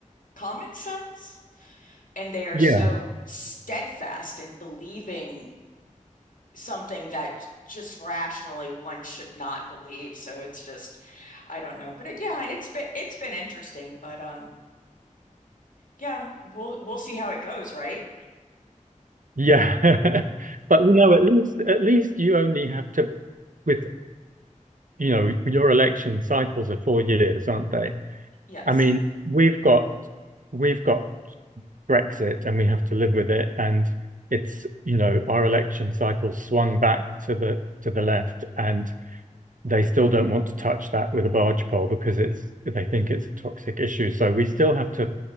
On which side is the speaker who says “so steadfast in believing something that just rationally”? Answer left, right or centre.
Left